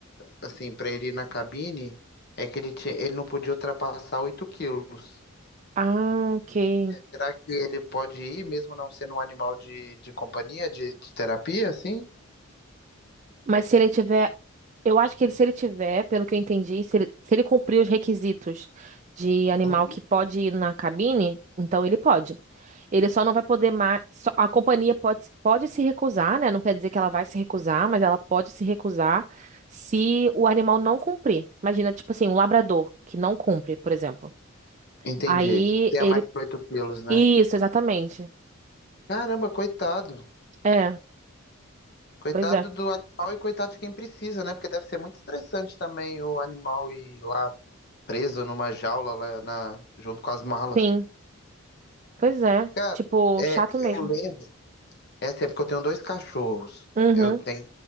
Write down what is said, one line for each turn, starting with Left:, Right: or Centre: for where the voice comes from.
Left: assim, para ele ir na cabine é que ele, tinha, ele não podia ultrapassar 8 quilos.
Right: Ah, ok.
Left: Será que ele pode ir, mesmo não sendo um animal de, de companhia, de, de terapia, assim?
Right: Mas se ele tiver, eu acho que ele, se ele tiver, pelo que eu entendi, se ele, se ele cumprir os requisitos de animal
Left: Uhum.
Right: que pode ir na cabine, então ele pode. Ele só não vai poder mais. só- a companhia pode, pode se recusar, né? Não quer dizer que ela vai se recusar, mas ela pode se recusar se o animal não cumprir. Imagina, tipo assim, um labrador que não cumpre, por exemplo.
Left: Entendi.
Right: Aí
Left: Tem
Right: ele.
Left: a mais que oito quilos, né?
Right: Isso, exatamente.
Left: Caramba, coitado.
Right: É,
Left: Coitado
Right: pois é.
Left: do animal e coitado de quem precisa, né? Porque deve ser muito estressante também o animal ir lá preso numa jaula lá na... junto com as malas.
Right: Sim, pois é.
Left: Cara,
Right: Tipo,
Left: é,
Right: chato mesmo.
Left: eu lembro. Essa época eu tenho dois cachorros.
Right: Uhum,
Left: Eu tenho